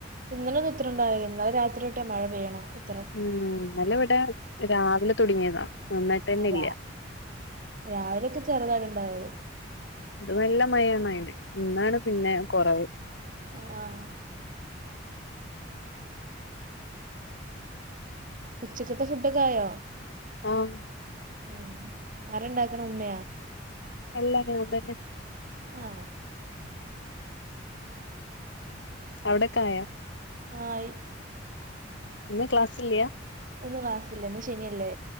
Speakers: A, on the right (about 45°); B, on the left (about 65°).
A: ഇന്നലെ ഒന്ന ഇത്ര ഉണ്ടാവില്ല ഇന്നലെ രാത്രിൊട്ടിയ മഴ പെയ്യണ ഇത്രം
B: ഉം നല്ല ഇവിടെ രാവിലെ തുടങ്ങിയതാ നന്നായിട്ട് തന്നെ
A: ആ രാ
B: ഇല്ല
A: രാവിലെയൊക്കെ ചെറുതായിട്ടണ്ടാവുള്ളൂ
B: ഇത് വെല്ല മഴാണ് അയിന് ഇന്നാണ് പിന്നെ കുറവ്
A: ആഹ ഉച്ചക്കത്തെ ഫുഡൊക്കായോ
B: ആഹ
A: ഉം അരണ്ടാക്കണ ഉമ്മയാ
B: എല്ല നന്നന്നെ
A: ആഹ
B: അവിടക്ക ആയോ
A: ആയി
B: ഒന്നും ക്ലാസ്സില്ല
A: ഇന്ന് ക്ലാസില്ല ഇന്ന് ശനല്ലേ